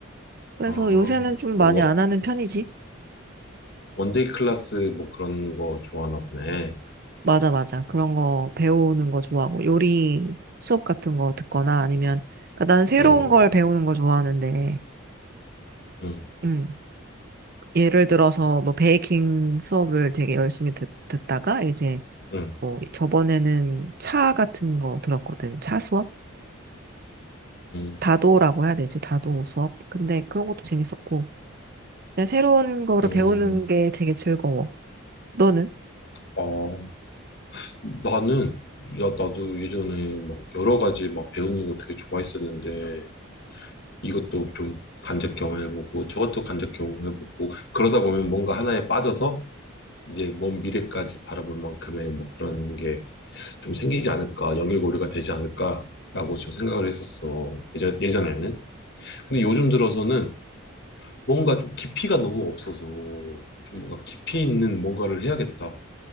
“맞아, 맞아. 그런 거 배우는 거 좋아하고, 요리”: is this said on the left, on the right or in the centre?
Right